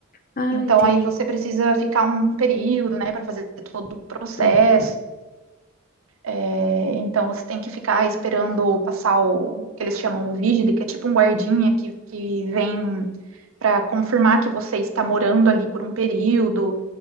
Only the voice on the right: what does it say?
Então,
aí você precisa ficar um período, né, para fazer todo o processo,
É, então você tem que ficar esperando passar o que eles chamam o vigile, que é tipo um guardinha que, que vem para confirmar que você está morando ali por um período.